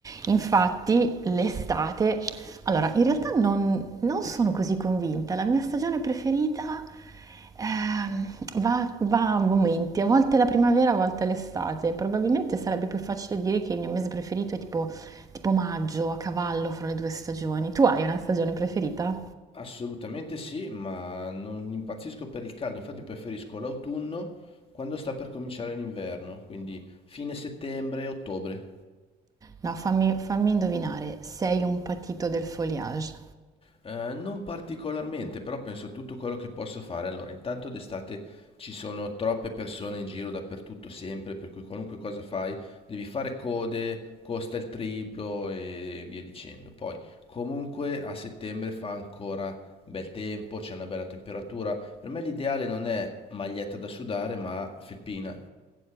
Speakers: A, on the right; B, on the left.
A: Infatti l'estate allora, in realtà non non sono così convinta. La mia stagione preferita, ehm, va va a momenti, a volte è la primavera, a volte è l'estate. Probabilmente sarebbe più facile dire che il mio mese preferito è tipo tipo maggio, a cavallo fra le 2 stagioni. Tu hai una stagione preferita?
B: Assolutamente sì, ma non impazzisco per il caldo, infatti preferisco l'autunno quando sta per cominciare l'inverno, quindi fine settembre, ottobre.
A: No, fammi fammi indovinare, sei un patito del foliage.
B: Eh, non particolarmente, però penso a tutto quello che posso fare. Allora, intanto d'estate ci sono troppe persone in giro dappertutto, sempre, per cui qualunque cosa fai devi fare code, costa il triplo e via dicendo. Poi, comunque, a settembre fa ancora bel tempo, c'è una bella temperatura. Per me l'ideale non è maglietta da sudare, ma felpina.